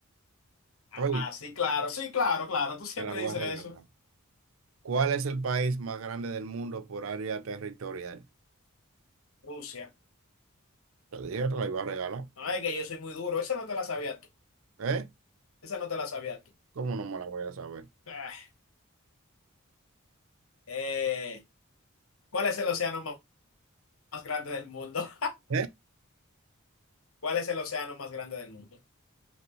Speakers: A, on the left; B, on the right.
A: Ah,
B: Oye,
A: sí, claro, sí, claro, claro, tú siempre
B: te la voy
A: dices
B: a regalar.
A: eso.
B: ¿Cuál es el país más grande del mundo por área territorial?
A: Rusia.
B: Te dije, te la iba a regalar.
A: No es que yo soy muy duro, esa no te la sabías tú,
B: ¿Eh?
A: esa no te la sabías tú.
B: ¿Cómo no me la voy a saber?
A: Ah, eh, ¿cuál es el océano más, más grande del mundo?
B: ¿Eh?
A: <laughs> ¿Cuál es el océano más grande del mundo?